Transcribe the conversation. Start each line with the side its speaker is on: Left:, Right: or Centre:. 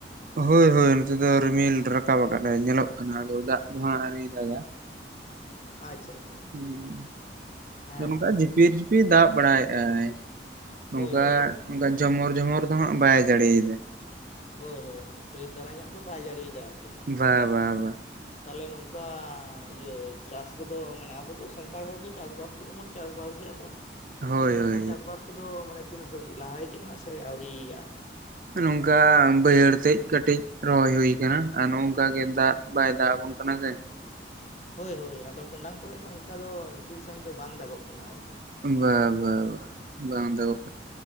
Right: ᱦᱚᱭ ᱦᱚᱭ ᱱᱚᱛᱮ ᱫᱚ ᱨᱤᱢᱤᱞ ᱨᱟᱠᱟᱵ ᱟᱠᱟᱫᱟᱭ ᱧᱮᱞᱚᱜ ᱠᱟᱱᱟ, ᱟᱫᱚ ᱫᱟᱜ ᱫᱚ ᱦᱟᱸᱜ ᱟᱹᱣᱤᱭ ᱫᱟᱜᱟ᱾
Left: ᱟᱪᱪᱷᱟ ᱟᱪᱪᱷᱟ᱾
Right: ᱦᱩᱸ,
Left: ᱦᱮᱸ
Right: ᱟᱫᱚ ᱱᱚᱝᱠᱟ
Left: ᱦᱮᱸ
Right: ᱡᱷᱤᱯᱤᱨ ᱡᱷᱤᱯᱤᱨ ᱫᱟᱜ ᱵᱟᱲᱟᱭᱮᱜᱼᱟᱭ᱾ ᱱᱚᱝᱠᱟ
Left: ᱦᱳᱭ ᱦᱳᱭ ᱦᱳᱭ
Right: ᱚᱱᱠᱟ ᱡᱷᱚᱢᱚᱨ ᱡᱷᱚᱢᱚᱨ ᱫᱚ ᱦᱟᱸᱜ ᱵᱟᱭ ᱡᱟᱲᱤ ᱮᱫᱟ᱾
Left: ᱦᱚᱭ ᱦᱚᱭ ᱵᱮᱥ ᱫᱷᱟᱨᱟ ᱧᱚᱜ ᱫᱚ ᱵᱟᱭ ᱡᱟᱹᱲᱤᱭᱮᱫᱟ ᱟᱨᱠᱤ ᱾
Right: ᱵᱟ ᱵᱟ ᱵᱟ᱾
Left: ᱛᱟᱦᱞᱮ ᱱᱚᱝᱠᱟ ᱤᱭᱟᱹ ᱪᱟᱥ ᱠᱚᱫᱚ ᱢᱟᱱᱮ ᱟᱵᱚ ᱫᱚ ᱥᱟᱱᱛᱟᱲ ᱦᱚᱲ ᱫᱚ ᱪᱟᱥ ᱵᱟᱥ ᱠᱚᱛᱮ ᱵᱚᱱ ᱪᱟᱥ ᱵᱟᱥ ᱜᱮᱭᱟ ᱛᱚ?
Right: ᱦᱳᱭ
Left: ᱛᱟᱞᱦᱮ ᱱᱚᱝᱠᱟ
Right: ᱦᱳᱭ
Left: ᱪᱟᱥᱼᱵᱟᱥ ᱠᱚᱫᱚ ᱢᱟᱱᱮ ᱛᱤᱱᱟᱹᱜ ᱫᱷᱟᱹᱵᱤᱡ ᱞᱟᱦᱟ ᱦᱮᱡ ᱟᱠᱟᱱᱟ ᱥᱮ ᱟᱹᱣᱨᱤᱭᱟᱜᱼᱟ ᱾
Right: ᱱᱚᱝᱠᱟ ᱵᱟᱹᱭᱦᱟᱹᱲ ᱛᱮᱜ ᱠᱟᱹᱴᱤᱡ ᱨᱚᱦᱚᱭ ᱦᱩᱭ ᱟᱠᱟᱱᱟ ᱟᱨ ᱱᱚᱝᱠᱟ ᱜᱮ ᱫᱟᱜ ᱵᱟᱭ ᱫᱟᱜ ᱟᱵᱚᱱ ᱠᱟᱱᱟ ᱥᱮ ᱾
Left: ᱦᱚᱭ ᱦᱚᱭ ᱟᱫᱚ ᱴᱚᱰᱟᱝ ᱠᱚᱨᱮᱜ ᱫᱚ ᱚᱝᱠᱟ ᱫᱚ ᱴᱷᱤᱠ ᱥᱟᱺᱦᱤᱡ ᱫᱚ ᱵᱟᱝ ᱫᱟᱜᱚᱜ ᱠᱟᱱᱟ ᱟᱨᱠᱤ ᱾
Right: ᱵᱟ ᱵᱟ ᱵᱟᱝ ᱫᱟᱜᱚᱜᱼᱼ